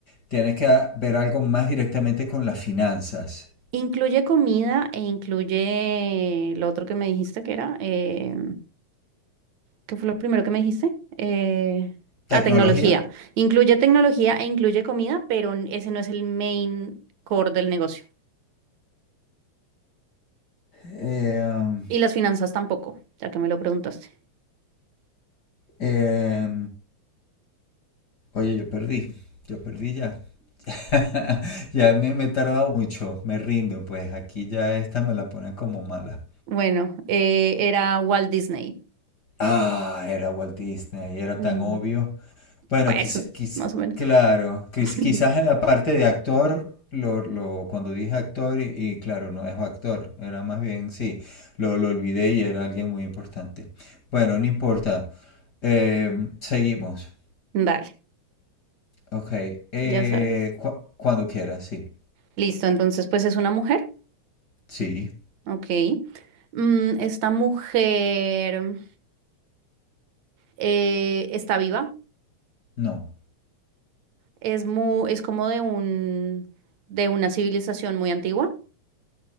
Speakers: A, on the left; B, on the right.
A: Tiene que ver algo más directamente con las finanzas.
B: Incluye comida e incluye lo otro que me dijiste que era. eh, ¿Qué fue lo primero que me dijiste? Eh,
A: ¿Tecnología?
B: ah, tecnología. Incluye tecnología e incluye comida, pero n- ese no es el main core del negocio.
A: Eh,
B: Y las finanzas tampoco, ya que me lo preguntaste.
A: eh, oye, yo perdí, yo perdí ya. <laughs> Ya me, me he tardado mucho, me rindo, pues aquí ya esta me la pone como mala.
B: Bueno, eh, era Walt Disney.
A: Ah, era Walt Disney, era
B: Mm,
A: tan obvio. Bueno,
B: Pues,
A: quizá, quiz-
B: más o menos.
A: claro, quiz-
B: <laughs>
A: quizás en la parte de actor, lo, lo, cuando dije actor, y, y claro, no es actor, era más bien, sí, lo, lo olvidé y era alguien muy importante. Bueno, no importa, Eh, seguimos.
B: Dale,
A: Ok, eh,
B: ya sabes.
A: cu- cuando quieras, sí.
B: Listo, entonces, pues es una mujer.
A: Sí.
B: Ok. Mm, esta mujer eh, está viva.
A: No.
B: Es mu- es como de un, de una civilización muy antigua.